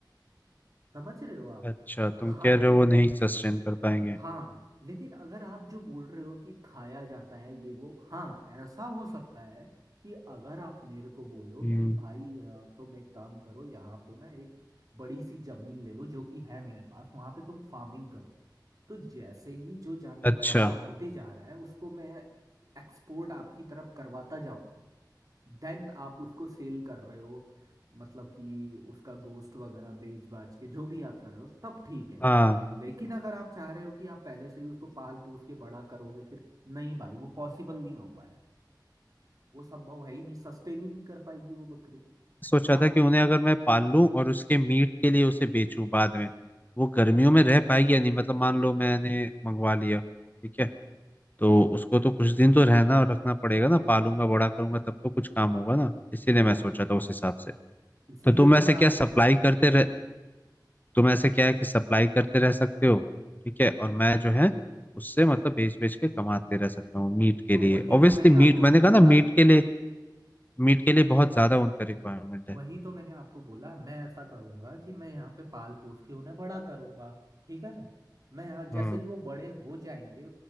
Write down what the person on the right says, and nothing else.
समझ रहे हो आप
हाँ
हाँ लेकिन अगर आप जो बोल रहे हो कि खाया जाता है ये वो हाँ ऐसा हो सकता है कि अगर आप मेरे को बोलो
कि भाई अ, तुम एक काम करो यहाँ पे ना एक बड़ी सी जमीन ले लो जो कि है मेरे पास वहाँ पे तुम फार्मिंग करो तो जैसे ही जो जानवर
बड़ा होते जा रहा है उसको मैं एक्सपोर्ट आपकी तरफ करवाता देन आप उसको सेल कर रहे हो मतलब कि उसका गोस्ट वगैरह बेच बाच के जो भी आप कर रहे हो तब ठीक है
लेकिन अगर आप चाह रहे हो कि आप पहले से ही उसको पाल पोस के बड़ा करोगे फिर नहीं भाई वो पॉसिबल नहीं हो पाएगा वो संभव है ही नहीं सस्टेन ही नहीं कर पाएगी वो बकरी
आप
इसीलिए
तो
मैं आपको
तो
वही
तो मैंने
आपको
भी
बोला
वही
तो मैंने आपको बोला मैं ऐसा करूंगा कि मैं यहाँ पे पाल पोस के उन्हें बड़ा करूंगा ठीक है मैं यहाँ जैसे
ही वो बड़े हो जाएंगे